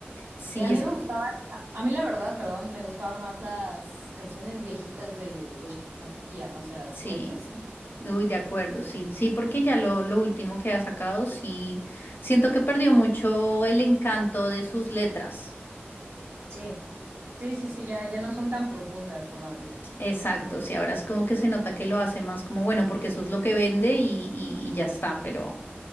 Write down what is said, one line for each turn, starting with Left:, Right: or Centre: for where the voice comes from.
Left: Sí,
Right: Que a mí
Left: es,
Right: me gustaban, a a mí la verdad, perdón, me gustaban más las canciones viejitas de, de Shakira, no sé, las
Left: sí.
Right: noventas. <laughs>
Left: Uy, de acuerdo, sí. Sí, porque ya lo, lo último que ha sacado, sí. Siento que perdió mucho el encanto de sus letras.
Right: Sí, sí, sí, sí, ya, ya no son tan profundas como antes.
Left: Exacto, sí, ahora es como que se nota que lo hace más como, bueno, porque eso es lo que vende y, y- y ya está, pero,